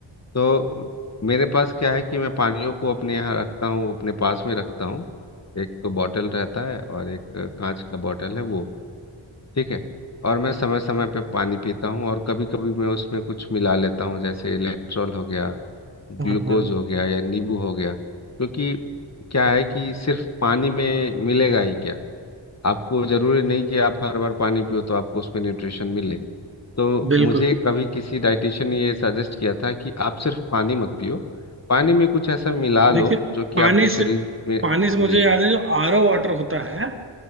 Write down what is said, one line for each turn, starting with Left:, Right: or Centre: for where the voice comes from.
Left: तो मेरे पास क्या है कि मैं पानियों को अपने यहाँ रखता हूँ अपने पास में रखता हूँ एक तो बॉटल रहता है और एक कांच का बॉटल है वो ठीक है और मैं समय समय पे पानी पीता हूँ और कभी कभी मैं उसमें कुछ मिला लेता हूँ जैसे इलेक्ट्रॉल हो गया ग्लूकोज
Right: हाँ हाँ
Left: हो गया या नींबू हो गया क्योंकि क्या है कि सिर्फ पानी में मिलेगा ही क्या आपको जरूरी नहीं कि आप हर बार पानी पियो तो आपको उसमें न्यूट्रिशन मिले तो
Right: बिल्कुल
Left: मुझे कभी किसी डाइटिशियन ने ये सजेस्ट किया था कि आप सिर्फ पानी मत पियो पानी में कुछ ऐसा मिला लो
Right: देखिए
Left: जो कि
Right: पानी
Left: आपके
Right: से
Left: शरीर में
Right: पानी से मुझे
Left: जी
Right: याद है जो आरओ वाटर होता है